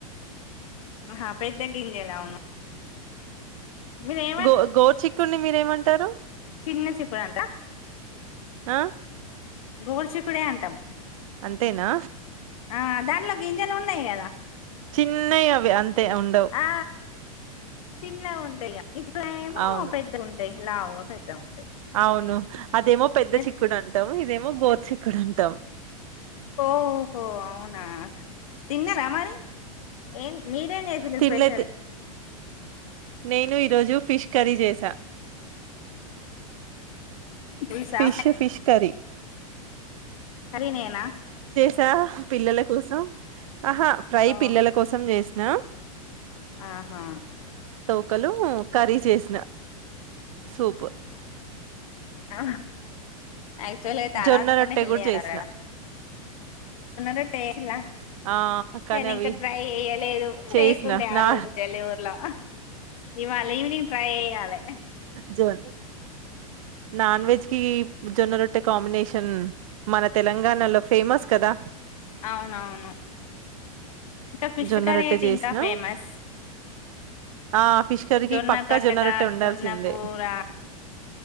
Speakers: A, on the left; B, on the right.
A: ఆహా పెద్ద గింజలు అవును మీరు ఏమంటారు
B: గో గోరు చిక్కుడి మీరేమంటారు
A: చిన్న చిక్కుడు అంట
B: ఆ
A: గోరు చిక్కు డే అంటాం
B: అంతేనా
A: ఆ దాంట్లో గింజలు ఉన్నాయి కదా
B: చిన్నయ అవి అంతే ఉండవు
A: ఆ చిన్నగా ఉంటయా ఇప్పుడ ఏమో
B: అవును
A: పెద్దగా ఉంటాయి లావు పెద్దగా ఉంటాయి
B: అవును అదేమో పెద్ద
A: మీరు
B: చిక్కుడు అంటాం ఇదేమో మ గోర్చచిక్కడు అంటాం
A: ఓహో అవునా తిన్న ర మరి ఏ మీరేం చేసింరూ
B: తినలే
A: స్పెషల్
B: తి నేను ఈరోజు ఫిష్ కర్రీ చేసా
A: పులుసా
B: ఫిష్ ఫిష్ కర్రీ
A: కర్రి నేనా
B: త్యా పిల్లల కోసం ఆహా ఫ్రై
A: ఓ
B: పిల్లల కోసం చేస్త ఆ
A: ఆహా
B: ముక్కలు కర్రీ చేసిన సూప్
A: ఆ యాక్టువల్లీ తల
B: జొన్న
A: తోకనే
B: రొట్టె
A: హెల్
B: కూడా
A: ది అంటారు
B: చేసిన
A: కాదా ట చేసిల్ల
B: ఆ కానీ
A: నేను
B: అవి
A: ఇంకా ట్రై చేయలేదు
B: చేసిన
A: లేకుండే
B: నా
A: ఆ రోజు సేల ఊర్లో ఇవాళ ఈవినింగ్ ట్రై చేయ్యాలే
B: జోర్ నాన్ వెజ్ కి జొన్న రొట్టె కాంబినేషన్ మన తెలంగాణలో ఫేమస్ కదా
A: అవునవును ఇంకా ఫిష్
B: జొన్న
A: కర్రీ
B: రొట్టె
A: అయితే
B: చేసినా
A: ఇంకా ఫేమస్
B: ఆ ఫిష్ కర్రీకి
A: జొన్న
B: పక్కా
A: గట్టక
B: రొట్టె ఉండాల్సిందే
A: జొన్న కూర